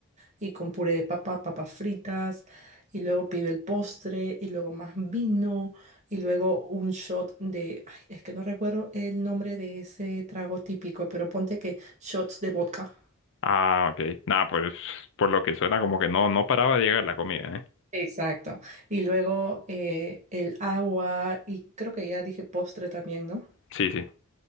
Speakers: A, on the right; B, on the left.
A: Y con puré de papa, papas fritas, y luego pidió el postre, y luego más vino, y luego un shot de, ay, es que no recuerdo el nombre de ese trago típico, pero ponte que shots de vodka.
B: Ah, ok. Nada, pues por lo que suena como que no, no paraba de llegar la comida, ¿eh?
A: Exacto. Y luego eh, el agua y creo que ya dije postre también, ¿no?
B: Sí, sí.